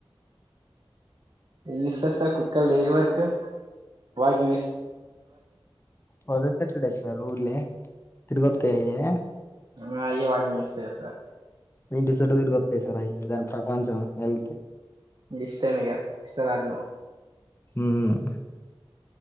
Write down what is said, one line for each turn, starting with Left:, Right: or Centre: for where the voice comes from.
Right: ఏంజేస్తర్ సర్ కుక్కల్నేడికి పట్కపో <unintelligible> వాటికే
Left: వదిలిపెట్టుడే సార్ ఊర్లే తిరిగొత్తయయ్యే
Right: మ్మ్ అయ్యే వాకింగ్ చేస్తయా సార్
Left: ఇంటి సుట్టు తిరిగొత్తయ్ సార్ అయ్యే దాని ప్రపంచం అంతే
Right: ఇగిష్టం ఇగ ఇష్టరాజ్యం
Left: ఉమ్మ్